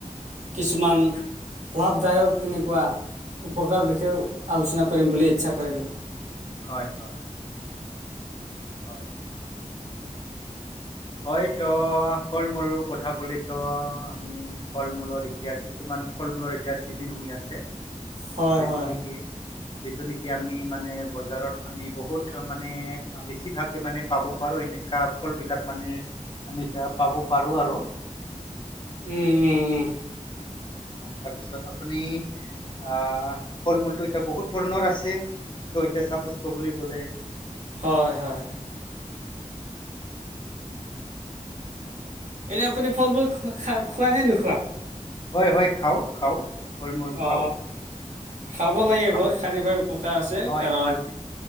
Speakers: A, on the right; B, on the left.
A: কিছুমান লাভদায়ক তেনেকুৱা উপকাৰৰ বিষয়েও আলোচনা কৰিম বুলি ইচ্ছা কৰিলোঁ
B: হয় হয় হয় হয়তো ফল মূলৰ কথা কলে তো আমি ফল মূলৰ এতিয়া কিছুমান ফল মূলৰ এতিয়া চিজন হৈ আছে
A: হয়
B: যিটো
A: হয়
B: নেকি
A: হয়
B: যিটো নেকি আমি মানে বজাৰত বহুত মানে বেছিভাগে মানে পাব পাৰো এনেকুৱা ফল বিলাক মানে আমি এতিয়া পাব পাৰো আৰু
A: উম উম উম
B: তাৰপিছত আপুনি ফল মূলটো এতিয়া বহুত ধৰণৰ আছে এতিয়া চাপোজ কব বুলি ক'লে
A: হয় হয় এনেই আপুনি ফল মূল খোৱা নে নোখোৱা
B: হয় হয় খাওঁ খাওঁ ফল মূল
A: অ
B: খাওঁ
A: খাব
B: উম
A: লাগে
B: খাওঁ
A: বাৰু শাৰিফাৰী পোক আছে
B: হয়
A: কাৰণ
B: মানে